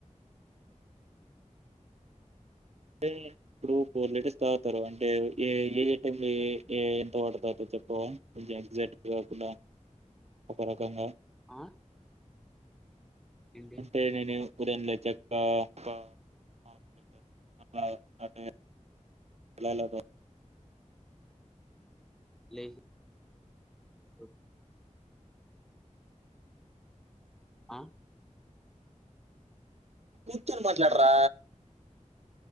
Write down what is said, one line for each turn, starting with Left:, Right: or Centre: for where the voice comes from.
Right: టే ఇప్పుడు ఫోర్ లీటర్స్ తాగుతారు అంటే ఏ ఏ యే టైం లో ఎ ఎ ఎంత వాటర్ తాగుతర్ చే చెప్పవా కొంచం ఎగ్జైట్ కాకుండా ఒక రకంగా
Centre: ఆ ఏంటి
Right: అంటే నేను ఉదయం లేచాక ఒక ఆఫ్ లీటర్ ఆ అట్నే అల ఎలతా
Centre: లేచి <unintelligible> ఆ
Right: కూర్చొని మాట్లాడరా